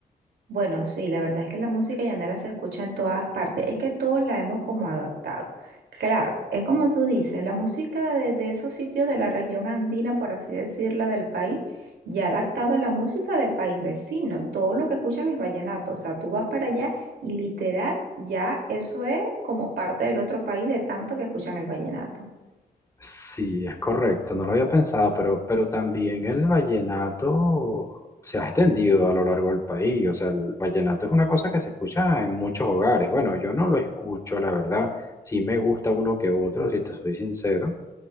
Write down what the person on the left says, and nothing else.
Sí, es correcto, no lo había pensado, pero, pero también el vallenato se ha extendido a lo largo del país, o sea, el vallenato es una cosa que se escucha en muchos hogares. Bueno, yo no lo escucho, la verdad, sí me gusta uno que otro, si te soy sincero,